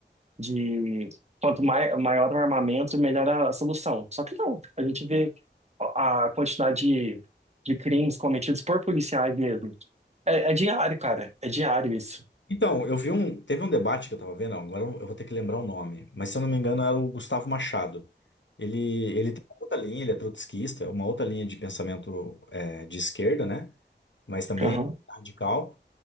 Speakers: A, on the right (about 35°); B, on the left (about 80°).
A: de quanto mai, maior o armamento, melhor a solução. Só que não, a gente vê a a quantidade de, de crimes cometidos por policiais mesmo. É, é diário, cara, é diário isso.
B: Então, eu vi um. Teve um debate que eu tava vendo, agora eu vou ter que lembrar o nome, mas se eu não me engano era o Gustavo Machado. Ele, ele tem uma outra linha, ele é trotskista, uma outra linha de pensamento é, de esquerda, né? Mas também
A: Uhum.
B: é radical.